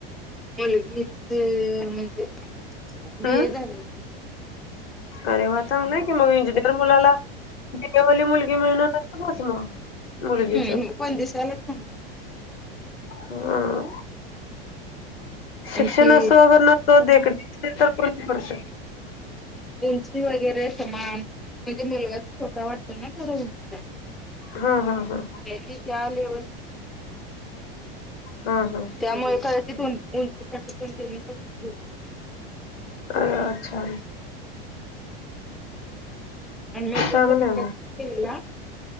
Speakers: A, in the centre; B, on the left.
A: मुलगीच म्हणजे बी
B: हम्म
A: ए झाली.
B: अरे वा चांग नाही की मग इंजिनिअर मुलाला बवाली मुलगी मिळणारच मग मुलगीच.
A: हम्म पण दिसालाचां
B: हम्म
A: आणखी
B: शिक्षण असो अगर नसो देखणी असल तर कोण करू शकतो.
A: उंची वगैरे समान म्हणजे मुलगा छोटा वाटतो ना थोड्या उंचीला
B: हा हा हा
A: ती त्यालेवल
B: हा हा
A: त्यामुळे कदाचित उंचीसाठीतेनी पस के
B: अ अच्छा.
A: आणि मेकअप
B: चांगलं
A: तर इतका
B: आहे
A: छान केलेला.